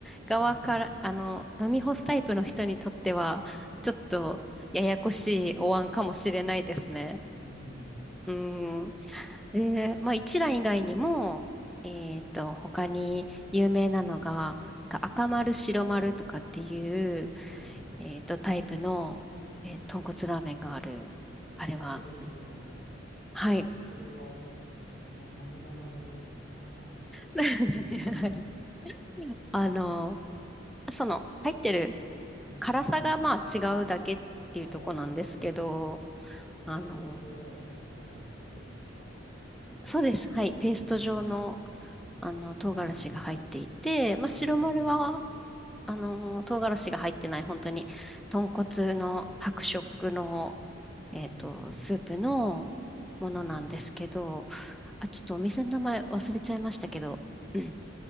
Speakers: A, in the centre; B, on the left.
A: 側から、
B: うん。
A: あの、飲み干すタイプの人にとっては、ちょっとややこしいお椀かもしれないですね。
B: うん。
A: うん。で、まあ、一蘭以外にも、えっと、他に有名なのが、なんか赤丸、白丸とかっていう、
B: はい。
A: えっと、タイプの、えー豚骨ラーメンがある。あれは、
B: 赤丸、白丸。
A: はい。
B: そ、それは、な、何が丸なんですかなんか、
A: <laughs> はい。あの、その、入ってる
B: うん。
A: 辛さがまあ違うだけっていうとこなんですけど、
B: ああ、はい。あ、赤丸は唐辛子がいっぱい入ってるんですか。
A: あの、そうです。はい。ペースト状の
B: うん、
A: あの、唐辛子が入っていて、
B: うん、
A: まあ、白丸は、
B: うん、
A: あの、唐辛子が入ってない、本当に、豚骨の白色の、えっと、
B: うん。
A: スープのものなんですけど、
B: はい。
A: あ、ちょっとお店の名前忘れちゃいましたけど、うん、